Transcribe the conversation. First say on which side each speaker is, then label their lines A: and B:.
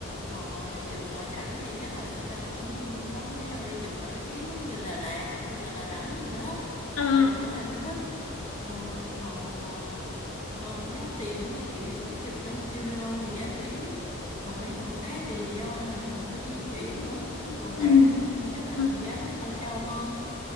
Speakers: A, on the left; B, on the left.
A: còn chụp ngoại cảnh thì chắc là người ta cũng có mấy nơi đi chụp nổi tiếng giống như Đà Lạt hay là Đà Nẵng gì đó
B: À,
A: hoặc là chỗ nào em thích Ờ, còn mà ờ, giá tiền á thì chị nghĩ chắc chụp trong studio thì giá rẻ nhất còn mấy chỗ khác thì do là mình phải di chuyển nữa với đồ đạc
B: ừ,
A: nữa nên chắc là
B: ừ.
A: giá nó hơi cao hơn